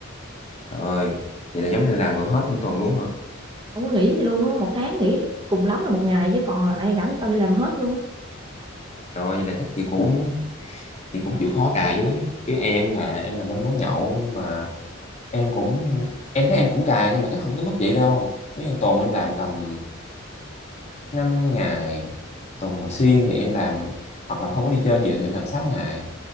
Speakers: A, on the left; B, on the right.
A: trời ơi vậy là giống như làm gần hết nguyên tuần luôn hả
B: không có nghỉ gì luôn á một tháng nghỉ cùng lắm là một ngày chứ còn lại rảnh tao đi làm hết luôn á
A: trời ơi vậy là chắc chị cũng chị cũng chịu khó cài dữ lắm chứ em là em làm bên quán nhậu nhưng mà em cũng em thấy em cũng cài nhưng mà chắc không tới mức vậy đâu nếu như tuần em làm tầm 5 ngày tuần mà xuyên thì em làm hoặc là không có đi chơi nhiều thì em làm 6 ngày